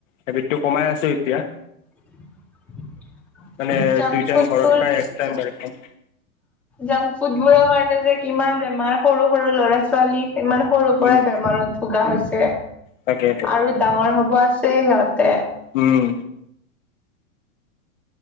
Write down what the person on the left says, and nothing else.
হেবিতটো কমাই আছোঁ এতিয়া।
মানে
দুই
টাইম ঘৰত খাই, এক টাইম বাহিৰত খাওঁ।
উম,
তাকেইতো
উম।